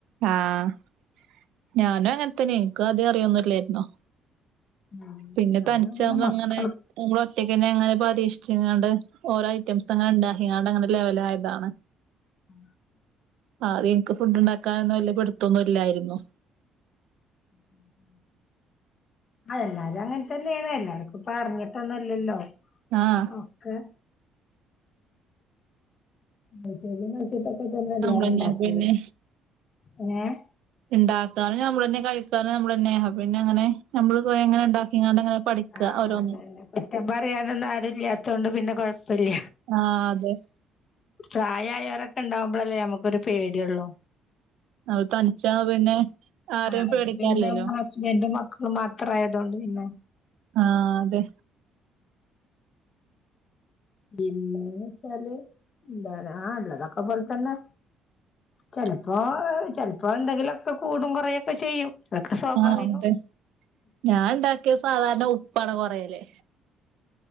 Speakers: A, on the right; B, on the left.
A: ആഹ് ഞാനും അങ്ങൻത്തന്നെ എനിക്കുംആദ്യം അറിയൊന്നും ഇല്ലേര്ന്നു
B: ഉം
A: പിന്നെ
B: ഞാനും
A: തനിച്ചാവുമ്പൊഅങ്ങനെ
B: പിന്നെ മക്കള്
A: ഓൾ ഒറ്റയ്ക്ക് തന്നെ എങ്ങനെപ്പോ പരീക്ഷിച്ചണ്ട് ഓരോ ഐറ്റംസ് അങ്ങെ ഉണ്ട ഇയാൾടെ അങ്ങനെ ലെവലായതാണ്
B: ഉ
A: ആഹ് ഇൻക്ക് ഫുഡ് ഉണ്ടാക്കാനൊന്നും വല്ലിയ പിടുത്താെന്നും ഇല്ലായിരുന്നു
B: ഉം ഉം ആഹ് എല്ലാരും അങ്ങൻതന്നേണ് എല്ലാർക്കും ഇപ്പ അറിഞ്ഞിട്ടൊന്നൊ ല്ലല്ലോ
A: ആഹ്
B: ഒക്കെ യൂറ്റ്യൂബില് നോക്ക്യപൊക്കെതന്നെ എല്ലാരും
A: നമ്മളന്നെ
B: ഇണ്ടാക്കല്
A: പിന്നെ
B: ഏഹ്
A: ഇണ്ടാക്കാനും ഞമ്മളെന്നെ കഴിക്കാനും നമ്മളെന്നെ അപ്പൊപിന്നെ അങ്ങനെ നമ്മള് സ്വയം അങ്ങനെണ്ട ക്കിങ്ങാണ്ടങ്ങനെ പഠിക്ക
B: ആഹ്
A: ഓരോന്ന്
B: അതന്നെ കുറ്റം പറയാനൊന്നും ആരുമില്ലാത്തതുകൊണ്ട് പിന്നെ കൊഴപ്പില്ല
A: ആഹ് അതെ
B: പ്രായമായവരൊക്കെ ഉണ്ടാവുമ്പഴല്ലേ നമ്മുക്കരു പേടിയള്ളൂ
A: അവള് തനിച്ചാവ പിന്നെ ആരെയും
B: ആത്
A: പേടിക്കാനില്ലല്ലോ
B: പിന്നെ ഹസ്ബൻഡും മക്കളും മാത്രമായതുകൊണ്ട് പിന്നെ
A: ആഹ അതെ
B: പിന്നെന്ന് വെച്ചാല് എന്ത ആ ഉള്ളതൊക്കെ പോലെത്തന്നെ
A: ച്
B: ചെലപ്പോ ചെലപ്പോ എന്തെങ്കിലൊക്കെ കൂടുംകൊറയൊക്കെ ചെയ്യും അതൊക്കെ സ്വാഭാവികം
A: ആഹ അതെ ഞാൻ ഉണ്ടാക്കിയ സാധാരണ ഉപ്പാന കൊറയല്